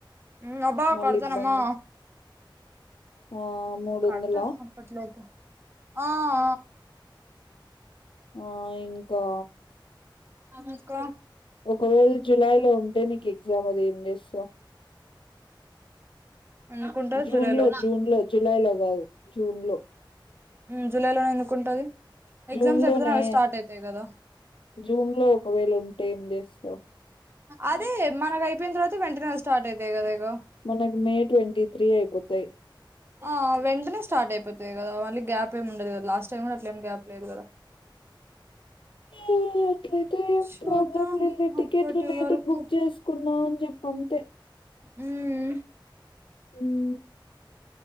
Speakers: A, on the right; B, on the left.
A: ఉమ్ అబ్బా
B: మళ్ళీ
A: కడతనమ్మా
B: ఇబ్బంది. ఆ! మూడొందలా?
A: కడ్తా అప్పట్లోపు ఆ ఆ
B: ఆ ఇంకా
A: ఆమె క
B: ఒకవేళ జూలై లో ఉంటే నీకు ఎగ్జామ్ అది ఏంచేస్తవ్
A: ఎందుకుంటది
B: జూన్
A: జూలైలో,
B: లో జూన్ లో జులై లో కాదు జూన్ లో
A: ఉమ్ జూలై లో నే ఎందుకుంటుంది.
B: జూన్
A: ఎగ్జామ్స్
B: లోనే
A: ఐపోతేనే అవి స్టార్ట్ ఐతేయ్ కదా
B: జూన్ లో ఒకవేళ ఉంటే ఏం చేస్తావ్
A: అదే మనకు అయిపోయిన తర్వాత వెంటనే స్టార్ట్ అయితాయి కదా ఇగ
B: మనకు మే ట్వంటీ త్రీ అయిపోతయి
A: ఆ వెంటనే స్టార్ట్ అయిపోతాయి కదా మళ్ళీ గ్యాప్ ఏమి ఉండదు కదా లాస్ట్ టైం కూడా అట్లనే గ్యాప్ ఏం లేదు కదా
B: ఒకే ఇట్లైతే
A: చూద్దాం
B: ప్రాబ్లం లేదు టికెట్లు
A: అప్పటి
B: లేదు
A: వరకు
B: బుక్ చేసుకున్నా చెప్పంతే
A: మ్
B: ఊమ్